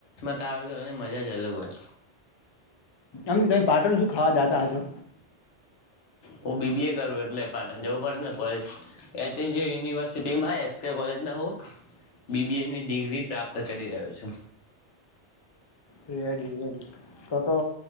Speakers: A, on the left; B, on the left.
A: <unintelligible> મજા જા અલગ હોય.
B: એમ તે પાટણ શું ખાવા જતા હશો
A: હું બી બી એ કરું એટલે પા જવું પડે ને કોલેજ. એથી જે યુનિવર્સિટીમાં કે કોલેજમાં હોવું બી બી એ ડિગ્રી પ્રાપ્ત ત કરી રહ્યો છું.
B: રિયાડી રિયાડી તો તો